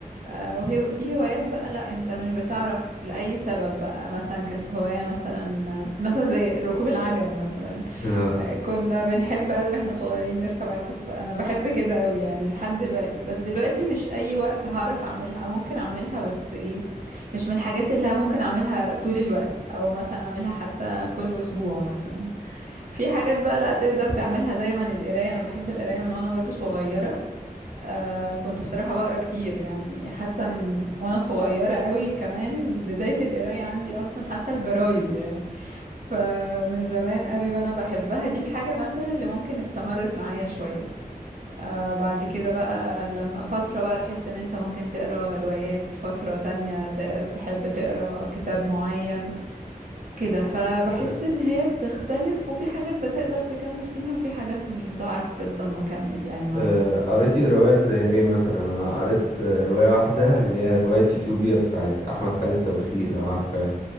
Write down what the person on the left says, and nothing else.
<laughs>
آه.
آه، قريتي روايات زي ايه مثلا انا قريت آه، رواية واحدة اللي هي رواية يوتوبيا بتاعت احمد خالد توفيق لو عارفاه